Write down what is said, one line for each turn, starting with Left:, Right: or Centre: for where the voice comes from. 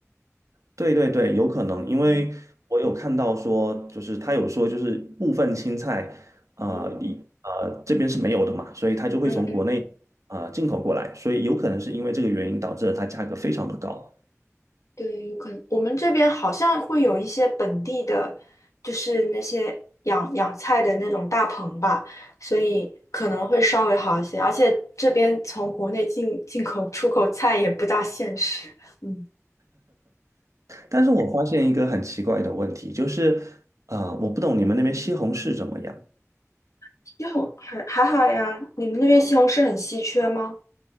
Right: 对对对，有可能，因为我有看到说，
Left: 嗯
Right: 就是他有说，就是部分青菜，呃，
Left: 嗯
Right: 一呃这边是没有的嘛，所以他就会从国内呃进口过来，
Left: 嗯嗯，
Right: 所以有可能是因为这个原因导致了它价格非常的高。
Left: 对，有可能我们这边好像会有一些本地的，就是那些养养菜的那种大棚吧，所以可能会稍微好一些。而且这边从国内进进口出口菜也不大现实。嗯。
Right: 但是我发现一个很奇怪的问题，就是呃，我不懂你们那边西红柿怎么样？
Left: 西红还还好呀，你们那边西红柿很稀缺吗？